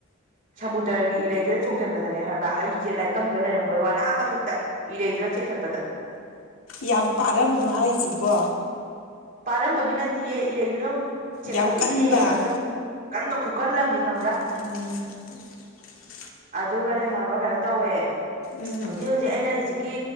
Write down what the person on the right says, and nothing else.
ꯁꯃꯨꯗ꯭ꯔꯒꯤ ꯏꯔꯩꯗꯨꯗ ꯆꯣꯡꯁꯤꯟꯕꯗꯅꯦ ꯍꯥꯏꯝꯕꯥ ꯑꯩꯁꯦ ꯂꯥꯏꯀꯪꯗ ꯂꯩꯔꯝꯕꯣꯏ ꯋꯥꯅ ꯃꯊꯛꯇ ꯏꯔꯩꯗꯨꯅ ꯆꯦꯟꯈꯠꯄꯗ
ꯄꯥꯔꯝꯕꯒꯤ ꯅꯠꯇꯦꯌꯦ ꯏꯔꯩꯗꯨꯅ ꯆꯦꯟꯈꯠꯂꯛꯏꯅꯦ
ꯃꯊꯛ ꯀꯟꯕ ꯈꯨꯀꯜꯂꯝꯕꯅꯤ ꯈꯪꯕ꯭ꯔꯥ
ꯑꯗꯨꯒꯅꯦ ꯍꯥꯏꯕ ꯀꯩꯅꯣ ꯇꯧꯋꯦ
ꯍꯧꯖꯤꯛ ꯍꯧꯖꯤꯛ ꯑꯩꯅ ꯍꯧꯖꯤꯛꯀꯤ